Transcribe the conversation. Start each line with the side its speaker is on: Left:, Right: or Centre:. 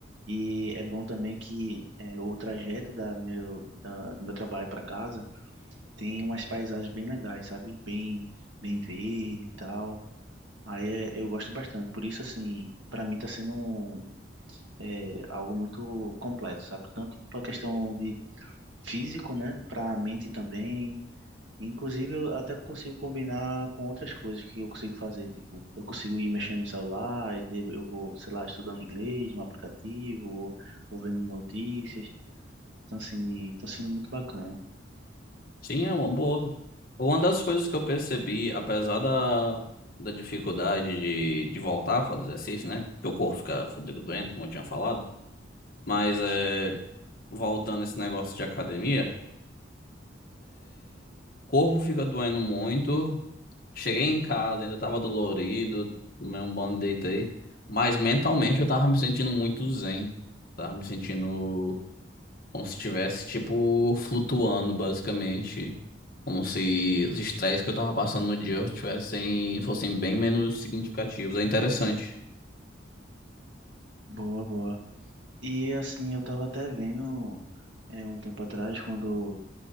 Right: e é bom também que é, o trajeto da meu, da, do meu trabalho para casa tem umas paisagens bem legais, sabe? Bem, bem verde e tal. Aí é, eu gosto bastante. Por isso, assim, para mim tá sendo um, é, algo muito completo, sabe? Tanto para questão de físico, né? Para a mente também. Inclusive, eu até consigo combinar com outras coisas que eu consigo fazer. Tipo, eu consigo ir mexendo no celular, e de- eu vou, sei lá, estudando inglês no aplicativo, ou ou vendo notícias. Então, assim, tá sendo muito bacana.
Left: Sim, é uma boa. Uma das coisas que eu percebi, apesar da, da dificuldade de, de voltar a fazer exercício, né? Porque o corpo fica, fica doendo, como eu tinha falado. Mas é, voltando esse negócio de academia, o corpo fica doendo muito. Cheguei em casa, ainda tava dolorido, tomei um banho, deitei. Mas mentalmente eu tava me sentindo muito zen. Tava me sentindo. Como se estivesse, tipo, flutuando, basicamente. Como se os estresses que eu tava passando no dia tivessem, fossem bem menos significativos. É interessante.
Right: Boa, boa. E, assim, eu tava até vendo é, um tempo atrás, quando